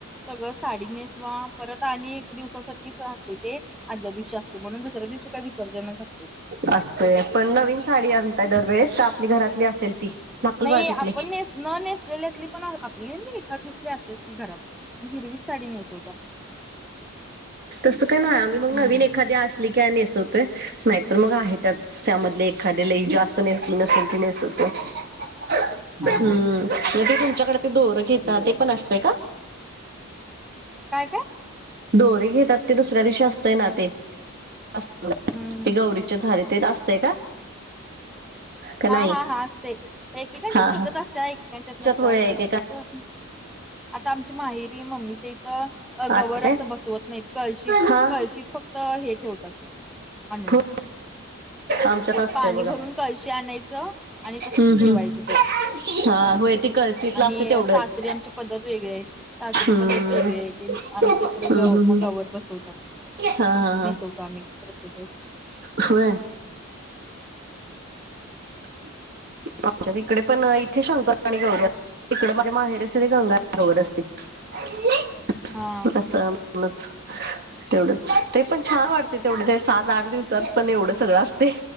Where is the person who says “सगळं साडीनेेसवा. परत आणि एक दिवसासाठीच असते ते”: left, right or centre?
Centre